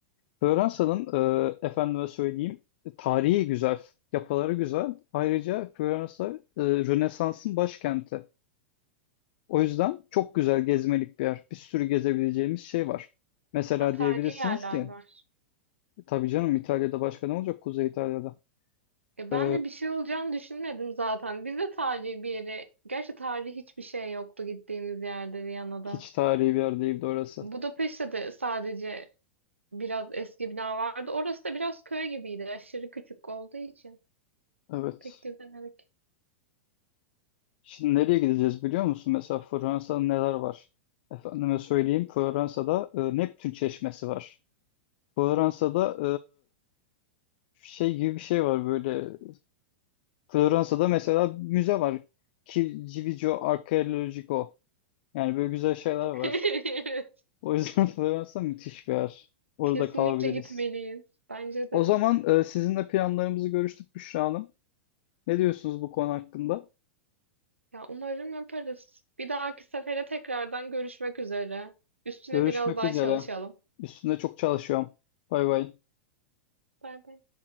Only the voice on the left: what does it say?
Floransa'nın e, efendime söyleyeyim tarihi güzel, yapıları güzel. Ayrıca Floransa e, Rönesans'ın başkenti. O yüzden çok güzel gezmelik bir yer. Bir sürü gezebileceğimiz şey var. Mesela
diyebilirsiniz
ki
tabii canım İtalya'da başka ne olacak Kuzey İtalya'da?
E,
hiç tarihi bir yer değildi orası.
Evet.
Şimdi nereye gideceğiz biliyor musun? Mesela Floransa'da neler var? Efendime söyleyeyim Floransa'da e, Neptün Çeşmesi var. Fransa'da e, şey gibi bir şey var böyle. Fransa'da mesela müze var. Ki- Civigio Archeologico. Yani böyle güzel şeyler var.
O yüzden <laughs> Fransa müthiş bir yer. Orada
kalabiliriz.
O zaman e, sizinle planlarımızı görüştük Büşra Hanım. Ne diyorsunuz bu konu hakkında?
Görüşmek
üzere.
Üstünde çok çalışıyorum. Bay bay.